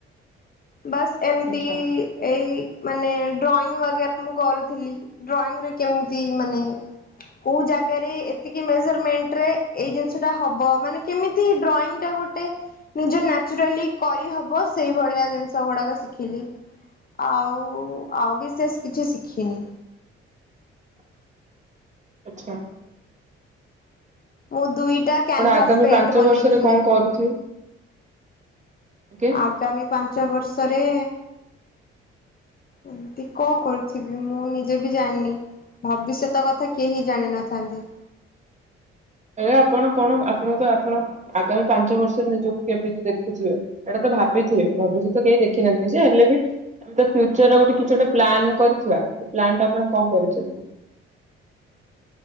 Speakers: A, on the left; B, on the right.
A: ବାସ୍ ଏମିତି
B: ଆଚ୍ଛା
A: ଏଇ ମାନେ ଡ୍ରଇଂ ୱାଗା ମୁଁ କରୁଥିଲି ଡ୍ରଇଂ ରେ କେମିତି ମାନେ କୋଉ ଜାଗାରେ ଏତିକି ମେଜରମେଣ୍ଟରେ ଏଇ ଜିନିଷଟା ହବ ମାନେ କେମିତି ଡ୍ରଂଇଁ ଟା ଗୋଟେ ନିଜ ନାଚୁରାର୍ଲି କରିହବ ସେଇ ଭଳିଆ ଜିଷ ସ ଗୁଡାକ ଶିଖିଲି ଆଉ ଆଉ ବିସେଷ କିଛି ଶିଖିନି।
B: <inaudible> ଆଚ୍ଛା।
A: ମୁଁ ଦୁଇଟା କ୍ୟାନଭାସ୍
B: ଆପଣ ଆଗାମୀ
A: ପେଣ୍ଟ
B: ପାଞ୍ଚ
A: ବନେଇଥିଲି।
B: ବର୍ଷରେ କଣ କରୁଥିବେ? ଆଜ୍ଞା
A: ଆଗାମୀ ପାଞ୍ଚ ବର୍ଷରେ
B: <inaudible>
A: ଏମତି କଣ କରୁଥିବି ମୁଁ ନିଜେ ବି ଜାଣିନି। ଭବିଷ୍ୟତ କଥା କେହି ଜାଣିନଥାନ୍ତି।
B: ଏ ଆପଣ କଣ ଆପଣ ତ ଆପଣ ଆଗାମୀ ପାଞ୍ଚ ବର୍ଷରେ ନିଜକୁ କେମିତି ଦେଖୁଥିବେ ଏଇଟା ତ ଭାବିଥିବେ ଭବିଷ୍ୟତ କେହି ଦେଖି ନାହାନ୍ତି ଯେ ହେଲେ ବି ଆମେ ତ ଫ୍ୟୁଚର ଗୋଟେ କିଛି ଗୋଟେ ପ୍ଲାନ୍ କରିଥିବା। ପ୍ଲାନ୍ ଟା ଆପଣ କଣ କରିଛନ୍ତି?